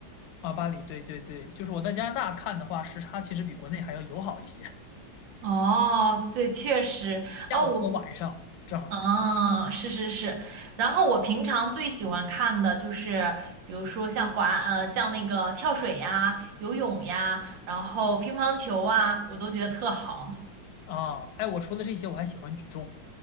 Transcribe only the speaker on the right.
哦，对，确实。
哦，我。哦，是是是，然后我平常最喜欢看的就是，比如说像滑，呃，像那个跳水呀、游泳呀，然后乒乓球啊，我都觉得特好。